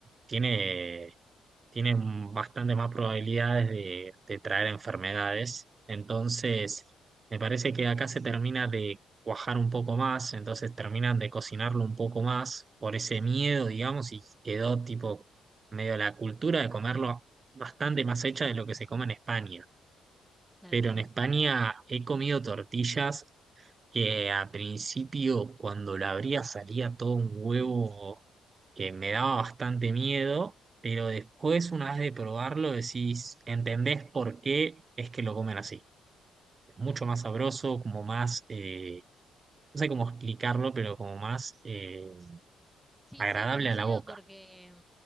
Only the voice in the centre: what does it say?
Claro,
ya
instaurado,
claro.
Sí,
sí, coincido
porque em,